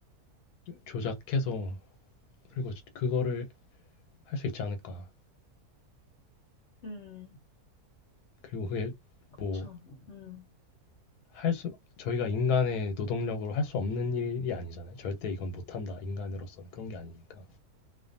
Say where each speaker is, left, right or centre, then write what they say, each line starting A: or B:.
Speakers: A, on the left (about 90°); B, on the left (about 55°).
A: 조작해서 그리고 그거를 할 수 있지 않을까.
B: 음,
A: 그리고 그게
B: 그쵸.
A: 뭐
B: 음,
A: 할 수 저희가 인간의 노동력으로 할 수 없는 일이 아니잖아요. 절대 이건 못한다. 인간으로서는 그런 게 아니니까.